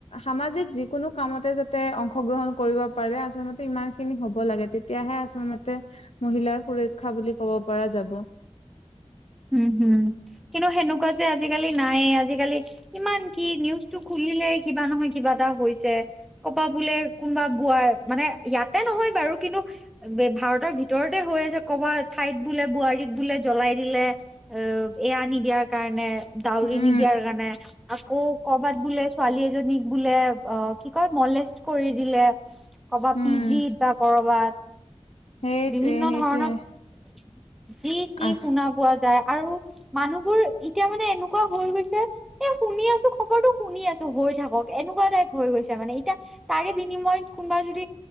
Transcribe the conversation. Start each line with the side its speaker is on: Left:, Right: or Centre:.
Left: সামাজিক যিকোনো কামত যাতে অংশগ্ৰহণ কৰিব পাৰে আচলতে ইমানন খিনি হব লাগে তেতিয়াহে আচল মতে মহিলাৰ সুৰক্ষা বুলি কব পৰা যাব
Centre: <inaudible> উম হম কিন্তু সেনেকুৱা যে আজিকালি নাইে আজিকালি ইমান কি নিউজটো খুব তুলিলে কিবা নহয় কিবা এটা হৈছে কবা বোলে কোনোবা বোৱাৰ মানে ইয়াতে নহয় বাৰু কিন্তু ভাৰতৰ ভিতৰতে হৈ আছে ক'বাত ঠাইত বোলে বোৱাৰীক বোলে জ্বলাই দিলে অ' এয়া নিদিয়াৰ কাৰণে, ডাউৰি
Left: উম,
Centre: নিদিয়াৰ কাৰণে। আকৌ ক'ৰবাত বোলে ছোৱালী এজনীক বোলে। অ' কি কয় মোৰলেচত কৰি দিলে কৰবা
Left: উম,
Centre: পি জি বা ক'ৰবাত।
Left: সেইটোৱে
Centre: বিভিন্ন
Left: সেইটোৱে
Centre: ধৰণত কি কি
Left: আছ
Centre: শুনা পোৱা যায়। আৰু মানুহবোৰ এতিয়া মানে এনেকুৱা হৈ গৈছে এ শুনি আছো খবৰটো শুনি আছো। কৰিলে থাকক এনেকুৱা টাইপ হৈ গৈছে, মানে এতিয়া তাৰে বিনিময়ত কোনোবা যদি